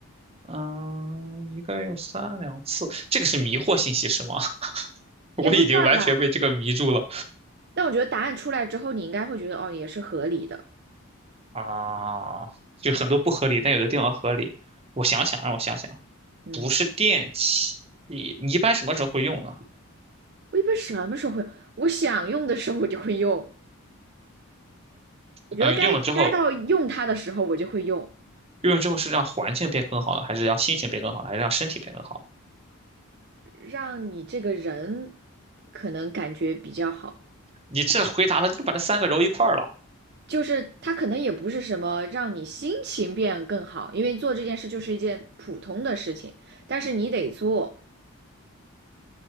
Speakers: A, on the right; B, on the right.
A: 嗯，一个月有三两次，这个是迷惑信息是吗？<laughs> 我已经完全被这个迷住了
B: 也不算吧。但我觉得答案出来之后，你应该会觉得哦，也是合理的。
A: 啊，就很多不合理，但有的地方合理。我想想，让我想想。
B: 嗯，
A: 不是电器，你你一般什么时候会用呢？
B: 我一般什么时候会用？我想用的时候我就会用，我觉得该该到用它的时候我就会用。
A: 呃，用了之后，用了之后是让环境变更好了，还是让心情变更好了，还是让身体变更好了
B: 让你这个人可能感觉比较好。
A: 你这回答了，你就把这三个揉一块儿了。
B: 就是它可能也不是什么让你心情变更好，因为做这件事就是一件普通的事情，但是你得做，